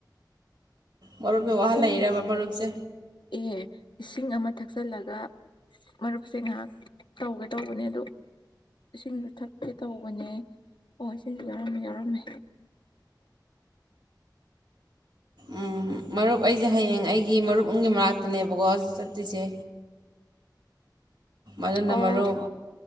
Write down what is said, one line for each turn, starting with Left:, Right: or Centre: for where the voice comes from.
Right: ꯃꯔꯨꯞꯅ ꯋꯥꯍꯜꯂꯛꯔꯕ
Left: ꯏꯁꯤꯡ
Right: ꯃꯔꯨꯞꯁꯦ
Left: ꯑꯦ ꯏꯁꯤꯡ ꯑꯃ ꯊꯛꯆꯤꯜꯂꯒ ꯃꯔꯨꯞꯁꯦ ꯉꯥꯏꯍꯥꯛ ꯇꯧꯒꯦ ꯇꯧꯕꯅꯦ ꯑꯗꯨ ꯏꯁꯤꯡꯁꯨ ꯊꯛꯀꯦ ꯇꯧꯕꯅꯦ ꯑꯣ ꯏꯁꯤꯡꯁꯨ ꯌꯥꯎꯔꯝꯃꯦ ꯌꯥꯎꯔꯝꯃꯦ
Right: ꯎꯝ ꯃꯔꯨꯞ ꯑꯩꯁꯦ ꯍꯌꯦꯡ ꯑꯩꯒꯤ ꯃꯔꯨꯞ ꯑꯃꯒꯤ ꯃꯅꯥꯛꯇꯅꯦꯕꯀꯣ ꯆꯠꯇ꯭ꯣꯏꯁꯦ ꯑꯗꯨꯅ
Left: ꯑꯣ
Right: ꯃꯔꯨꯞ